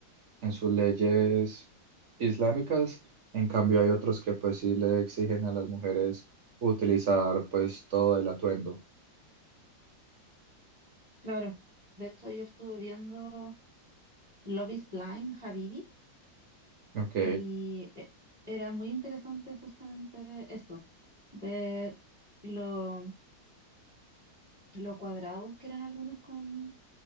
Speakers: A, on the right; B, on the right.
A: en sus leyes islámicas. En cambio, hay otros que pues sí le exigen a las mujeres utilizar pues todo el atuendo.
B: Claro, de hecho yo estuve viendo Love is Blind, Habibi,
A: Ok,
B: y e- era muy interesante justamente eso, ver lo, lo cuadrados que eran algunos con,